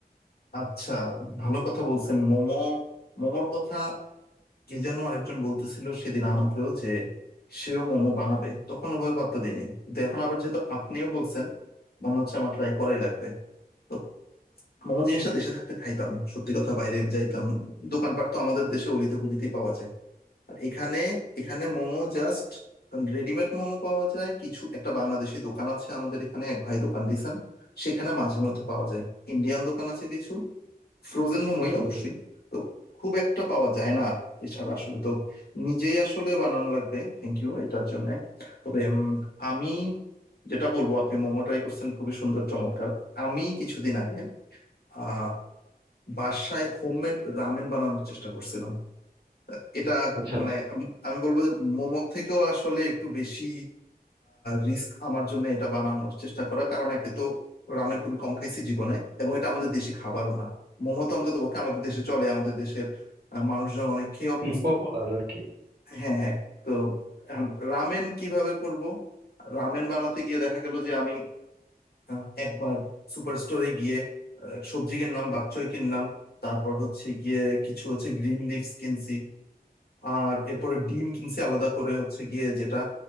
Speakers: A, on the left; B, on the right.
A: আচ্ছা ভালো কথা বলছেন মোমো মোমোর কথা কে যেন আরেকজন বলতেছিল সেদিন আমাকেও যে সেও মোমো বানাবে তখন ওভাবে পাত্তা দেয় নাই কিন্তু এখন আবার যেহেতু আপনিও বলছেন মনে হচ্ছে আমার ট্রাই করাই লাগবে তো মোমো জিনিসটা দেশে থাকতে খাইতাম সত্যি কথা বাইরে যাইতাম দোকানপাট তো আমাদের দেশে অলিতে গলিতেই পাওয়া যায় আর এখানে এখানে মোমো জাস্ট রেডিমেড মোমো পাওয়া যায় কিছু একটা বাংলাদেশি দোকান আছে আমাদের এখানে এক ভাই দোকান দিয়েছেন সেখানে মাঝে মধ্যে পাওয়া যায় ইন্ডিয়ান দোকান আছে কিছু ফ্রোজেন মোমোই
B: হুম,
A: অবশ্যই
B: হুম।
A: তো খুব একটা পাওয়া যায় না আর এছাড়া আসলে তো নিজেই আসলে বানানো লাগবে থ্যাংক ইউ এটার জন্য তবে উম, আমি যেটা বলবো আপনি মোমো ট্রাই করছেন খুবই সুন্দর চমৎকার আমি কিছুদিন আগে আহ বাসায় হোমমেড রামেন বানানোর চেষ্টা করছিলাম এটা
B: আচ্ছা
A: মানে
B: আচ্ছা
A: আম- আমি বলবো যে মোমোর থেকেও আসলে একটু বেশি রিস্ক আমার জন্য এটা বানানোর চেষ্টা করা কারণ একে তো রামেন খুবই কম খাইছি জীবনে এবং এটা আমাদের দেশি খাবারও না মোমো তো অন্তত পক্ষে আমাদের দেশে চলে আমাদের দেশের আহ, মানুষজন অনেক খেয়ে অভ্যস্ত
B: হুম পপুলার আর কি
A: হ্যাঁ হ্যাঁ তো এখন রামেন কিভাবে করব রামেন বানাতে গিয়ে দেখা গেল যে আমি আহ, একবার সুপার স্টোরে গিয়ে আহ, সবজি কিনলাম বাকচয় কিনলাম তারপর হচ্ছে গিয়ে কিছু হচ্ছে গ্রিন লিভস কিনছি আর এরপরে ডিম কিনছি আলাদা করে হচ্ছে গিয়ে যেটা